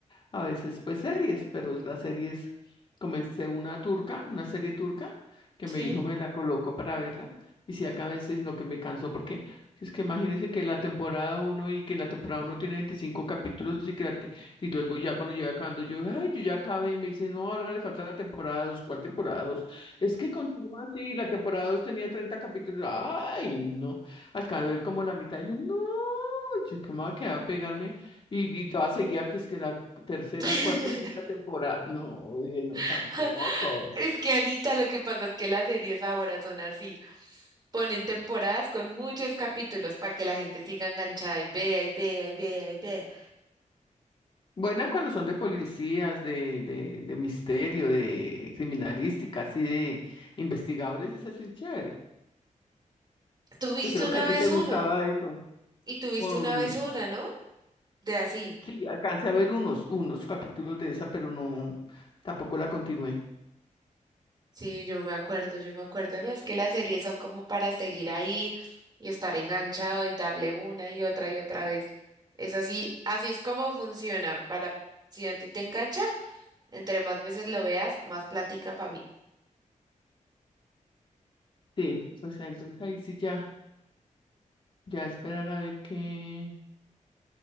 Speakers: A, on the left (about 40°); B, on the right (about 30°).
A: a veces pues series, pero las series, comencé una turca, una serie turca, que
B: Sí.
A: mi hijo me la colocó para verla, y si acá a veces lo que me cansó, porque es que imagínense que la temporada uno y que la temporada uno tiene 25 capítulos y, que la te- y luego ya cuando llega acabando yo, ay, yo ya acabé, me dice, no, ahora le falta la temporada 2, ¿cuál temporada 2? Es que continúa así, la temporada 2 tenía 30 capítulos, ay, no. Acabé de ver como la mitad, y dije, no, yo qué me voy a quedar a pegarme. Y, y todavía seguía que es que la tercera,
B: <laughs>
A: cuarta y quinta temporada. No, dije, no, tampoco.
B: <laughs> Es que Anita, lo que pasa es que las series ahora son así. Ponen temporadas con muchos capítulos para que la gente siga enganchada y vea y vea y vea y vea.
A: Buena cuando son de policías, de, de, de misterio, de criminalística, así de investigadores, es así chévere.
B: Tuviste
A: Yo creo
B: una
A: que a ti
B: vez
A: te gustaba
B: uno
A: eso.
B: y tuviste
A: Con,
B: una vez una, ¿no? De así.
A: sí, alcancé a ver unos, unos capítulos de esa, pero no, tampoco la continué.
B: Sí, yo me acuerdo, yo me acuerdo, ¿no? Es que las series son como para seguir ahí y estar enganchado y darle una y otra y otra vez. Es así, así es como funciona. Para si a ti te engancha, entre más veces lo veas, más plática para mí.
A: Sí, pues ah, entonces ahí sí ya, ya esperar a ver qué.